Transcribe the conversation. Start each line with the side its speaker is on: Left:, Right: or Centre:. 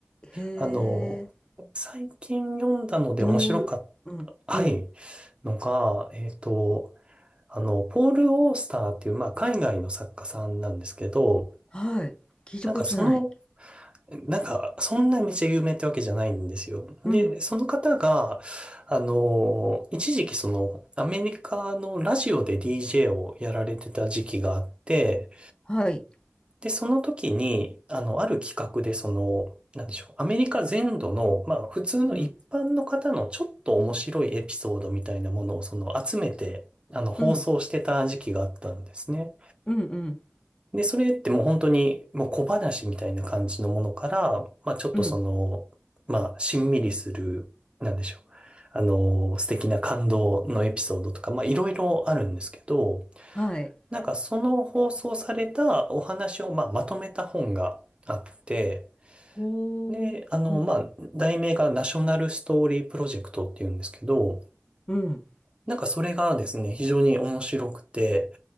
Left: へえ。
Right: あの、最近読んだので面白かった。
Left: どううん、
Right: はい。
Left: うん、
Right: のが、えっと、あの、ポール・オースターっていう、まあ、海外の作家さんなんですけど、
Left: はい。聞いたことない。
Right: なんかその、なんか、そんなめっちゃ有名ってわけじゃないんですよ。
Left: うん、
Right: で、その方が、あの、一時期その、アメリカのラジオで DJ をやられてた時期があって、
Left: はい。
Right: で、その時に、あの、ある企画で、その、なんでしょう、アメリカ全土の、まあ、普通の一般の方のちょっと面白いエピソードみたいなものを、
Left: うん、
Right: その、集めて、あの、放送してた時期があったんですね。
Left: うん、うんうん、
Right: で、それってもう本当にもう小話みたいな感じのものから、まあちょっとその、
Left: うん、
Right: まあしんみりする、なんでしょう。あの、素敵な感動のエピソードとか、まあいろいろあるんですけど、
Left: はい。
Right: なんかその放送されたお話を、まあ、まとめた本があって、
Left: ほお。
Right: で、あの、
Left: うんうん。
Right: まあ、題名がナショナルストーリープロジェクトっていうんですけど、
Left: うん、
Right: なんかそれがですね、非常に面白くて、